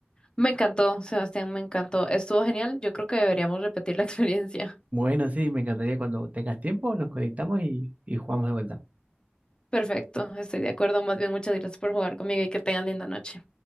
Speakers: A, on the left; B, on the right.
A: Me encantó, Sebastián, me encantó. Estuvo genial. Yo creo que deberíamos repetir la <laughs> experiencia.
B: Bueno, sí, me encantaría cuando tengas tiempo, nos conectamos y, y jugamos de vuelta.
A: Perfecto, estoy de acuerdo. Más bien, muchas gracias por jugar conmigo y que tengan linda noche.